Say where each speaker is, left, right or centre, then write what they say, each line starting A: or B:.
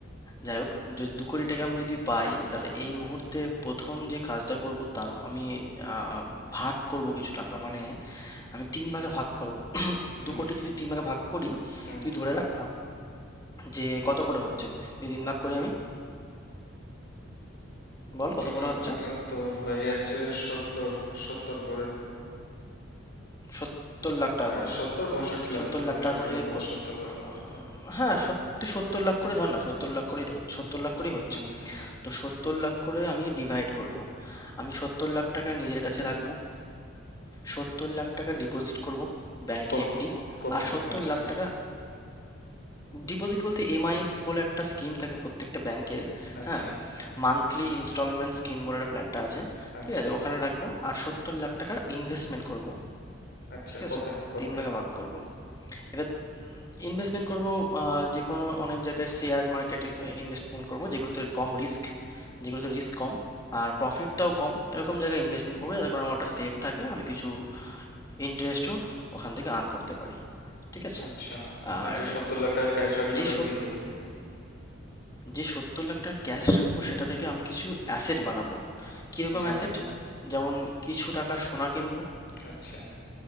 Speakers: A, on the left; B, on the left.
A: যাই হোক যদি দু কোটি টাকা আমি যদি পাই তাহলে এই মুহূর্তে প্রথম যে কাজটা করব তার আমি আহ, ভাগ করব কিছু টাকা মানে আমি তিন ভাগে ভাগ করব
B: হুম
A: দু কোটি যদি তিন ভাগে ভাগ করি
B: হুম
A: তুই ধরে রাখ না যে কত করে হচ্ছে যদি তিন ভাগ করি আমি বল কত
B: ঠিক-
A: করে
B: আহ,
A: হচ্ছে
B: তোর হয়ে যাচ্ছে সত্তর সত্তর করে
A: সত্তর লাখ টাকা
B: হ্যাঁ
A: করে
B: সত্তর পঁয়ষট্টি লাখ
A: ৭০
B: মতো
A: লাখ
B: পঁয়ষট্টি
A: টাকা করে
B: লাখ
A: যদি
B: মতো
A: প-
B: সত্তর লাখ
A: আহ,
B: মতো হ্যাঁ
A: হ্যাঁ সত- তুই ৭০ লাখ করে ধর না ৭০ লাখ করেই ধর ৭০ লাখ করেই হচ্ছে
B: হুম হুম
A: তো ৭০ লাখ করে আমি ডিভাইড করব আমি ৭০ লাখ টাকা নিজের কাছে রাখবো ৭০ লাখ টাকা ডিপোজিট করব ব্যাংকে
B: কোথ-
A: এফডি
B: কোথায়
A: আর ৭০
B: আচ্ছা
A: লাখ টাকা ডিপোজিট বলতে এমআইএস বলে একটা স্কিম থাকে প্রত্যেকটা ব্যাংকের
B: আচ্ছা
A: হ্যাঁ মান্থলি ইনস্টলমেন্ট স্কিম বলে একটা প্ল্যানটা আছে
B: আচ্ছা
A: ঠিক আছে ওখানে রাখবো আর ৭০ লাখ টাকা ইনভেস্টমেন্ট করব
B: আচ্ছা
A: ঠিক আছে
B: কোথায় কোথায়
A: তিন ভাগে ভাগ করব এবার ইনভেস্টমেন্ট করব আহ, যে কোনো অনেক জায়গায় শেয়ার মার্কেটে ইনভেস্টমেন্ট করব যেগুলোতে কম রিস্ক যেগুলোতে রিস্ক কম আর প্রফিটটাও কম এরকম জায়গায় ইনভেস্টমেন্ট করবো যাতে করে আমার ওটা সেফ থাকে আমি কিছু ইন্টারেস্টও ওখান থেকে আর্ন করতে পারি ঠিক আছে
B: আচ্ছা
A: আর
B: আর যে সত্তর লাখ টাকা ক্যাশ রাখলে
A: যে
B: ওটা দিয়ে
A: সত
B: কি করবি
A: যে সত্তর লাখ টাকা ক্যাশ রাখবো সেটা থেকে আমি কিছু অ্যাসেট বানাবো কিরকম
B: যেমন
A: অ্যাসেট যেমন কিছু টাকার সোনা কিনবো
B: আচ্ছা